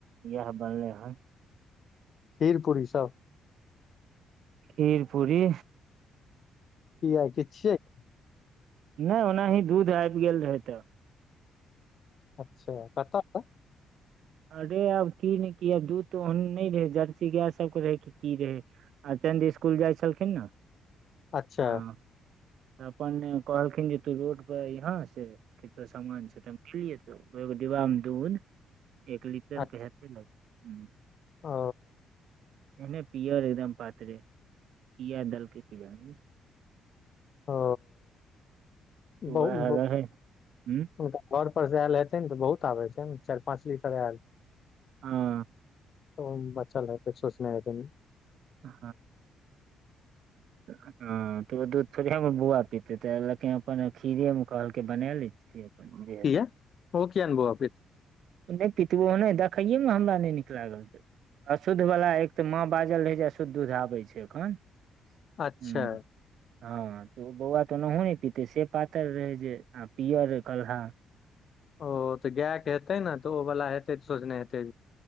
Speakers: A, on the right; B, on the left.
A: ऐह बनलै हन
B: खीर पूरी सब
A: खीर पूरी
B: किया किछ छिये
A: नय ओनाही दूध आइब गेल रहै तऽ
B: अच्छा कतऽ तऽ
A: अरे अब की नय की अब दूध तऽ ओहन नय रहै जर्सी गाय सबके रहै कि की रहै आ चंद्र इसकुल जाइ छलखिन नऽ
B: अच्छा
A: हँ तऽ अपन कहलखिन जे तू रोड पर अइहे से केकरो सामान छै तऽ हम गेलियै तऽ उ एगो डिब्बा मऽ दुध एक लीटर
B: अच्छा
A: के हेते लगे हुँ
B: ओ
A: एहने पीयर एकदम पातरे किया दलके किया नैय
B: ओ
A: तऽ
B: बहु
A: वैह रहै हुं
B: हुनका घर पर से आयल हेतै नऽ तऽ बहुत आबे छै नऽ चाइर पाँच लीटर आयल
A: हँ
B: तऽ ओहुमे बच्चा लेय कुछ सोचने हेते
A: हुँ ऐखन हँ तऽ ओ दूध थोड़े हमर बोआ पीते तऽ लेकिन अपन खीरे मऽ कहलकै बना लै छियै अपन जे हेतै
B: किया ओ किया नय बोआ पीते
A: ओ नय पितै ओ नय देखैये मऽ हमरा नय नीक लागल तऽ अशुद्ध वला एक तऽ माँ बाजल रहै जे अशुद्ध दूध आबै छै एखन
B: अच्छा
A: हुँ हँ तऽ उ बौआ तऽ ओनाहु नय पीते से पातर रहे जे आ पियअर कल्हा
B: ओ तऽ गाय कऽ हेतै नऽ तऽ ओ वाल हेतै तऽ सोचने हेतै